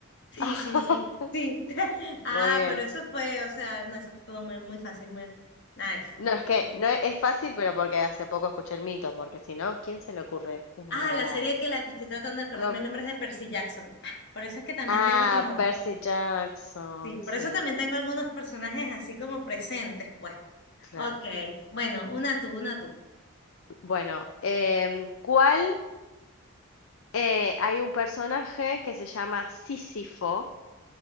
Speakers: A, on the left; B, on the left.
A: sí,
B: <laughs>
A: sí, sí, sí. <laughs> Ah,
B: Muy bien.
A: pero eso fue, o sea, no, eso estuvo muy, muy fácil, muy... Ay,
B: No, es que
A: este,
B: no es es fácil, pero porque hace poco escuché el mito, porque si no, ¿quién se le ocurre una
A: Ah,
B: granada?
A: la serie que la que estoy tratando de acordarme
B: Uno...
A: el nombre es de Percy Jackson. <laughs> Por eso es que también
B: Ah,
A: tengo como
B: Percy Jackson,
A: Sí, por
B: sí,
A: eso también tengo algunos personajes así como presentes, pues.
B: claro.
A: Ok, bueno, una tú, una tú.
B: Bueno, em, ¿cuál? eh, hay un personaje que se llama Sísifo,